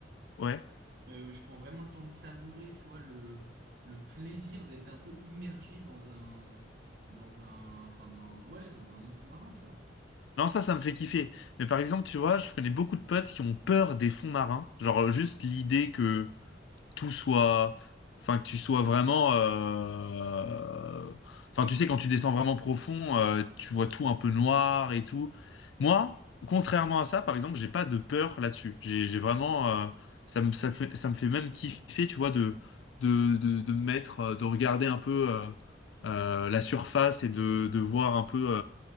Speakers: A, on the left; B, on the right.
A: Ouais.
B: Euh, je prends vraiment le temps de savourer, tu vois, le, le plaisir d'être un peu immergé dans un, dans un, enfin, dans, ouais, dans un monde sous-marin, tu vois.
A: Non, ça, ça me fait kiffer. Mais par exemple, tu vois, je connais beaucoup de potes qui ont peur des fonds marins. Genre, euh, juste l'idée que tout soit, enfin que tu sois vraiment, euh, enfin tu sais quand tu descends vraiment profond, euh, tu vois tout un peu noir et tout. Moi, contrairement à ça, par exemple, j'ai pas de peur là-dessus. J'ai, j'ai vraiment, euh, ça me, ça fait, ça me fait même kiffer, tu vois, de, de, de, de me mettre, euh, de regarder un peu euh, euh, la surface et de, de voir un peu